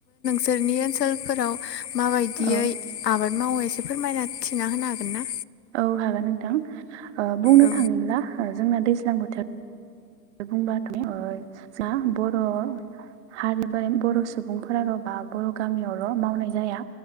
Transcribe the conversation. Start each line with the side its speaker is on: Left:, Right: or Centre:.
Left: सोरनि ओनसोलफोराव माबायदियै
Right: औ
Left: आबाद मावो एसे फोरमायना थिना होनो हागोन ना?
Right: औ हागोन नोंथां ओ बुंनो
Left: औ
Right: थाङोब्ला ओ जोंना दैज्लां बोथोर बुंबाथ' ओ जा बर' हारि बा बर' सुबुंफोराल' बा बर' गामियावल' मावनाय जाया।